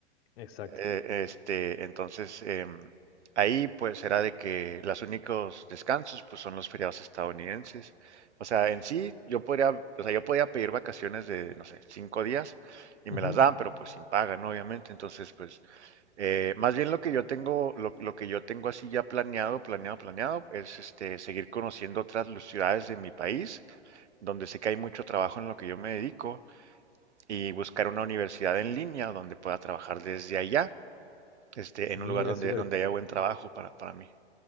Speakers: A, on the left; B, on the right.
A: exacto.
B: Eh, este, entonces, em, ahí pues era de que los únicos descansos pues son los feriados estadounidenses. O sea, en sí yo podría, o sea, yo podía pedir vacaciones de, no sé, cinco días y me
A: Ujú.
B: las dan, pero pues sin paga, ¿no? Obviamente. Entonces, pues, eh, más bien lo que yo tengo, lo, lo que yo tengo así ya planeado, planeado, planeado, es este, seguir conociendo otras lu- ciudades de mi país, donde sé que hay mucho trabajo en lo que yo me dedico, y buscar una universidad en línea donde pueda trabajar desde allá este, en
A: Mira,
B: un lugar donde,
A: súper.
B: donde haya buen trabajo para, para mí.